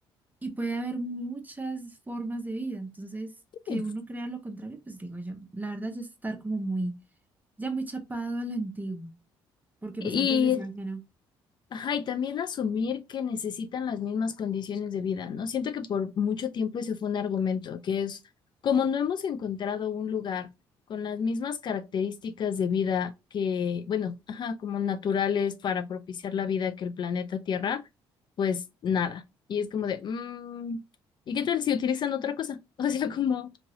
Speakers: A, on the right (about 15°); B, on the left (about 45°).
A: Y puede haber muchas formas de vida. Entonces,
B: Sí.
A: que uno crea lo contrario, pues digo yo, la verdad ya es estar como muy, ya muy chapado a la antigua, porque
B: Y
A: pues antes decían que no.
B: Ajá, y también asumir que necesitan las mismas condiciones de vida, ¿no? Siento que por mucho tiempo ese fue un argumento, que es como no hemos encontrado un lugar con las mismas características de vida que, bueno, ajá, como naturales para propiciar la vida que el planeta Tierra, pues nada. Y es como de, mm, ¿y qué tal si utilizan otra cosa? <laughs> O sea, como,